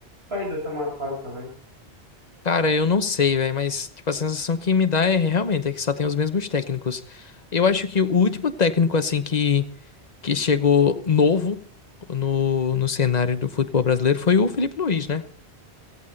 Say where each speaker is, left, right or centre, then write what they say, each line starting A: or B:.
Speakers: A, on the right (about 70°); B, on the left (about 40°).
A: sair dessa má fase também.
B: Cara, eu não sei, velho, mas tipo, a sensação que me dá é realmente é que só tem os mesmos técnicos. Eu acho que o último técnico, assim, que, que chegou novo no, no cenário do futebol brasileiro foi o Felipe Luiz, né?